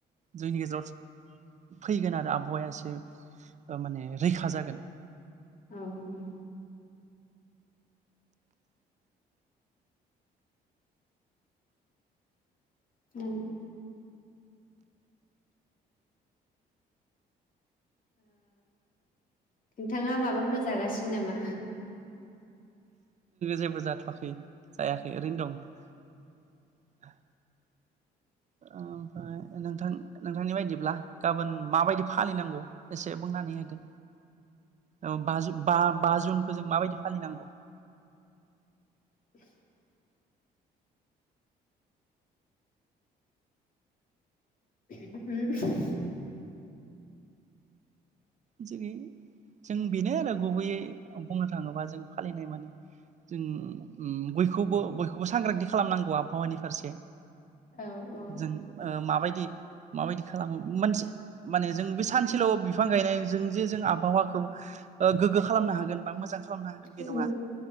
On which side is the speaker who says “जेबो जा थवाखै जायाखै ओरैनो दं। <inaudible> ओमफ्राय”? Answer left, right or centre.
Right